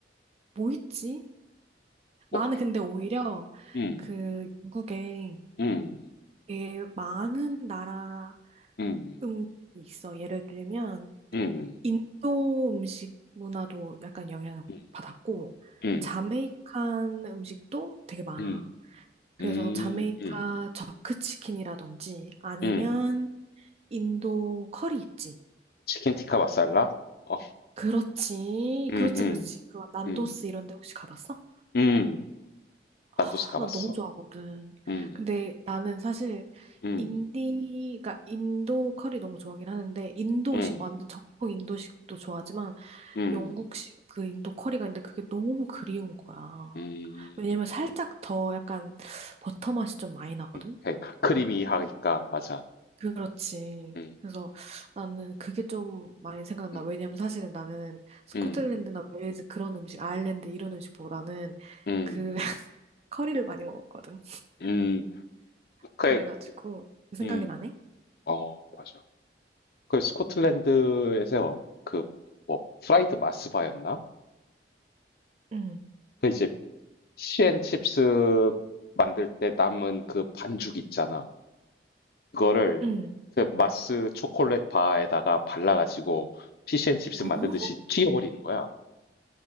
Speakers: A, on the right (about 35°); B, on the left (about 55°).
A: 뭐 있지? 나는
B: 어
A: 근데 오히려
B: 음.
A: 그 영국에
B: 음.
A: 되게 많은 나라
B: 음.
A: 음식이 있어. 예를 들면
B: 음.
A: 인도 음식 문화도 약간 영향을
B: 음.
A: 받았고
B: 음.
A: 자메이칸 음식도 되게 많아.
B: 음.
A: 그래서
B: 음.
A: 자메이카
B: 음.
A: 저크 치킨이라든지 아니면
B: 음.
A: 인도 커리 있지.
B: 치킨 티카 마살라? 어.
A: 그렇지.
B: 음.
A: 그렇지,
B: 음.
A: 그렇지. 그 난도스
B: 음.
A: 이런 데 혹시 가봤어?
B: 음. 난도스
A: 아,
B: 가봤어.
A: 난 너무 좋아하거든.
B: 음.
A: 근데 나는 사실
B: 음.
A: 인디, 가 인도 커리 너무 좋아하긴 하는데, 인도식,
B: 음.
A: 완전 정통 인도식도 좋아하지만,
B: 음.
A: 영국식 그 인도 커리가 있는데 그게 너무 그리운 거야.
B: 음.
A: 왜냐면 살짝 더 약간 버터 맛이 좀 많이 나거든?
B: 음. 그러니까 크리미하니까 맞아.
A: 그렇지.
B: 음.
A: 그래서 나는 그게 좀 많이 생각나.
B: 음.
A: 왜냐면 사실은 나는 스코틀랜드나
B: 음.
A: 웨일즈 그런 음식, 아일랜드 이런 음식보다는
B: 음.
A: 그 <laughs> 커리를 많이 먹었거든.
B: 음. 그래.
A: 그래가지고 그 생각이
B: 음.
A: 나네?
B: 어, 맞아. 그 스코틀랜드에서 그 뭐 프라이드 마스바였나?
A: 응,
B: 그 이제 피앤칩스 만들 때 남은 그 반죽 있잖아. 그거를
A: 응.
B: 그 마스 초콜릿 바에다가 발라가지고 피시앤칩스
A: 어?
B: 만들듯이 튀겨버리는 거야.